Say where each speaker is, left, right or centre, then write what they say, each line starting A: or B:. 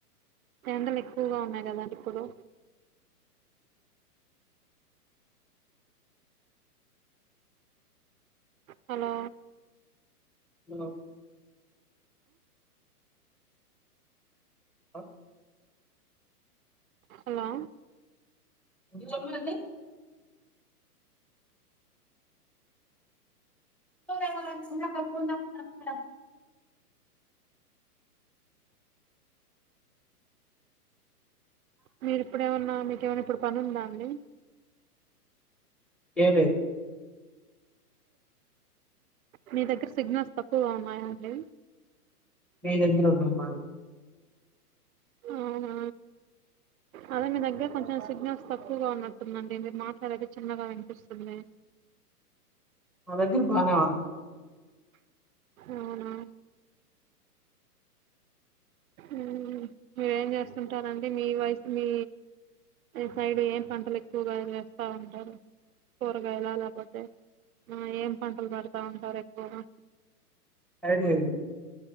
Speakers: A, on the right; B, in the centre.
A: ఎండలు ఎక్కువగా ఉన్నాయి కదండి ఇప్పుడు హలో
B: ఆ హ
A: హలో
B: లోమాదే నువ్వేమో నాకు చిన్న అక్కకి
A: మీరుప్పుడేమన్నా మీకేమైనా ఇప్పుడు పని ఉందా అండి
B: లేదు
A: మీ దగ్గర సిగ్నల్స్ తక్కువగా ఉన్నాయ అండి
B: మీ దగ్గర ఉన్నా మా
A: అవునా అదే మీ దగ్గర కొంచెం సిగ్నల్స్ తక్కువగా ఉన్నట్టుందండి మీరు మాట్లాడేది చిన్నగా వినిపిస్తుంది
B: మా దగ్గర బానే ఉంది
A: అవునా మ్మ్. మీరేం చేస్తుంటారండి మీ వైఫ మీ ఈ సైడ్ ఏం పంటలు ఎక్కువగా వేస్తా ఉంటారు కూరగాయల లేపోతే ఏం పంటలు పడతా ఉంటారు ఎక్కువగా
B: ఐడియా ల్